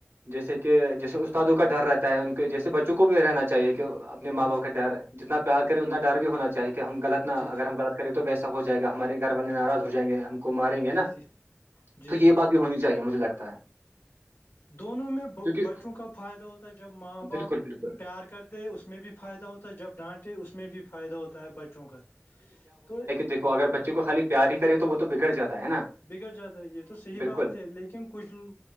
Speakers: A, on the right (about 80°); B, on the left (about 65°).
A: جیسے کہ جیسے استادوں کا ڈر رہتا ہے ان کے جیسے بچوں کو بھی رہنا چاہے کہ اپنے
B: جی
A: ماں باپ
B: جی
A: کا ڈر جتنا پیار کرے اتنا ڈر بھی ہونا چاہے کہ ہمغلط
B: جی
A: نہ
B: جی
A: اگر ہم لط کریں تو ویسا ہو جائے گا ہمارے گھر والے ناراض ہو جائ گے ہم کو ماریں گے
B: جی
A: نا
B: جی جی
A: تو
B: جی
A: یہ بات بھی ہونی چاہیے مجھے لگتا ہے
B: دونوں میں
A: کیونکہ
B: بچوں کا فائدہ ہوتا ہے جب ماں باپ
A: بالکل بالکل
B: پیار کرتے اس میں بھی فائدہ ہوتا ہے جب ڈانٹے اس میں بھی فائدہ ہوتا ہے بچوں کا تو
A: دیکو اگر بچے کو خال پیار ہی کرے تو وہ تو بگڑ جاتا ہے نا
B: بگڑ جاتا ہے یہ تو صحی
A: بالکل
B: بات ہے لیکن کچھ